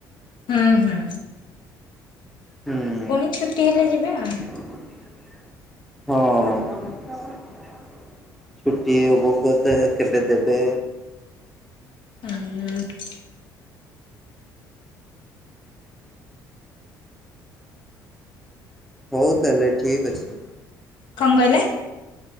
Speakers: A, on the left (about 50°); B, in the centre.
A: ହୁଁ ହୁଁ।
B: ହୁଁ।
A: ପୁଣି ଛୁଟି ହେଲେ ଯିବେ ଆଉ
B: ହଁ। ଛୁଟି ହେବ <unintelligible> କେବେ ଦେବେ?
A: <inaudible>
B: ହଉ ତାହେଲେ ଠିକ୍ ଅଛି।
A: କଣ କହିଲେ?